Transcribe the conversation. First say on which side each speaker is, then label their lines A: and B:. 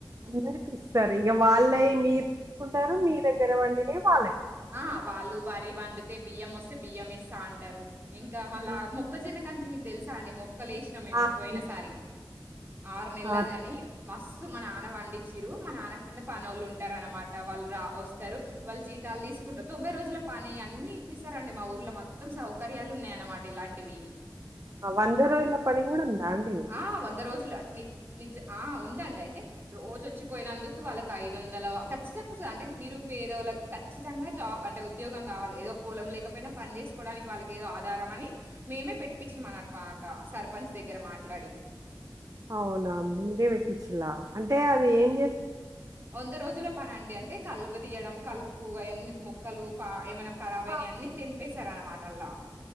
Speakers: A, on the right; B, on the right.
A: అందరికి ఇస్తారు ఇక వాళ్లయి మీరు కుంటారు మీ దగ్గర పండినయి వాళ్ళకి
B: ఆ వాళు వారి వందితే బియ్య మోస్ బియ్యం ఇస్తా అంటారు ఇంకా మళ్ళా
A: ఆ!
B: మొక్కజన్న కంకి మీకు తెలుసా అండి మో మొక్కలేసినం అండి మేము
A: ఆ!
B: పోయిన
A: తెలుసు.
B: సారి ఆరు నెలది
A: ఆ! తెలుసా
B: అని మస్ ఫస్ట్ మా నాన్న పండిచ్చిర్రు మా నాన్న కింద పనళ్ళు ఉంటారు అనమాట వాళ్ళు రా వస్తారు వాళ్ళు చి బస్తాలు తీసుకుంటారు తొంభై రోజుల పానీ అన్ని ఇప్పస్తారండి మా ఊర్లో మొత్తం సౌకర్యాలు ఉన్నాయి అన్నమాట ఇలాంటివి
A: వంద రోజుల పని కూడా ఉందా అండి?
B: ఆ వంద రోజు ని ని నిజ ఆ ఉందండి అయితే రోజు వచ్చిపోయినందుకు వాళ్ళకి ఐదు వందల ఖచ్చితంగా వస్తుంది అంటే నిరుపేదోలకి ఖచ్చితంగాాబ్ అంటే ఉద్యోగం కావాలి ఏదో పొలం లేకపోయినా పని చేేసుకోవడానికి వాళ్ళకి ఏదో ఆధారం అని మేమే పెట్టిపించినాం అన్నమాట సర్పంచ్ దగ్గర మా మాట్లాడి
A: అవునా మీర పే ఇలా అంటే అది ఏం చే
B: వంద రోజుల పని అండి అంటే కలువ తీయడం కలుపు అవన్నీ మొక్కలు పా ఏమైనా కరబైని
A: ఆ!
B: అన్ని తెంపి వేసారు అన్నమాట అల్లా